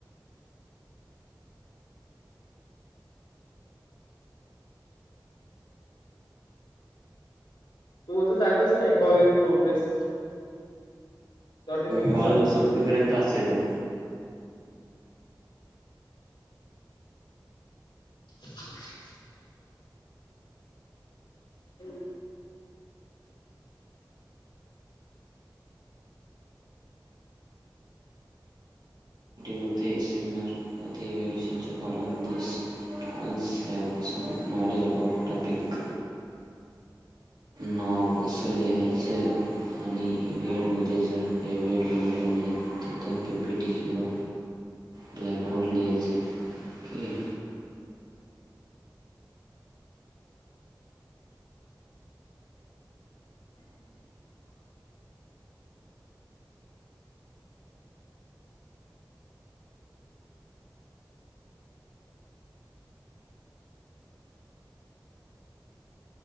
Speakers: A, on the left (about 80°); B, on the right (about 65°).
A: त तर <unintelligible> जायचच नाही call in progress notification
B: call संपेपर्यंत असते तो.
A: <inaudible> हम्
B: मध्ये सेमिनारमध्ये इव्हल्युशनच्या कॉलममध्ये students have some knowledge about topic. नाव असं लिहायचं, आणि वेळ मध्ये जर हे <unintelligible> वड बन मा तर पी पी टी किंवा ब्लॅकबोर्ड लिहायचं आहे की